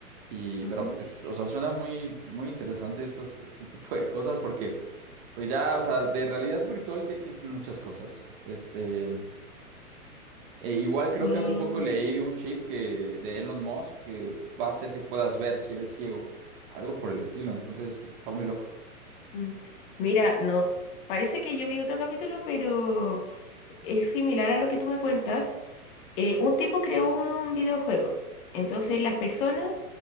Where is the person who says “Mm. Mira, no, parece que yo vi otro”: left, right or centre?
Left